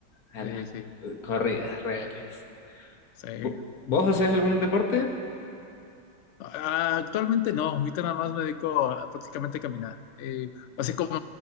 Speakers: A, on the left; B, on the left.
A: a
B: Sí,
A: las
B: sí,
A: eh, corridas reales.
B: sí.
A: ¿Vo- ¿Vos hacés algún deporte?
B: Ah, Actualmente no, ahorita nada más me dedico a prácticamente a caminar. Eh, así como